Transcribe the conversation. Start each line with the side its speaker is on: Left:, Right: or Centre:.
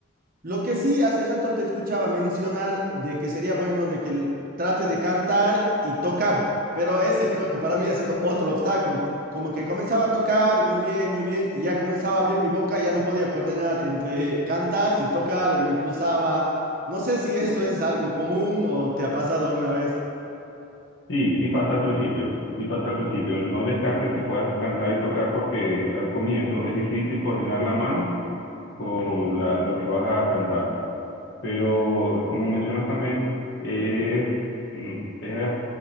Right: Lo que sí, hace rato te escuchaba mencionar de que sería bueno de que él trate de cantar y tocar, pero ese creo que para mí ha sido otro obstáculo. Como que comenzaba a tocar muy bien, muy bien, y ya comenzaba a abrir mi boca, ya no podía coordinar entre cantar y tocar, me cruzaba. No sé si eso es algo común o te ha pasado alguna vez.
Left: Sí, sí pasa al principio, sí pasa al principio. No descartes que puedas cantar y tocar porque al comienzo es difícil coordinar la mano con la- lo que vas a cantar. Pero como mencionas también, es, mm, es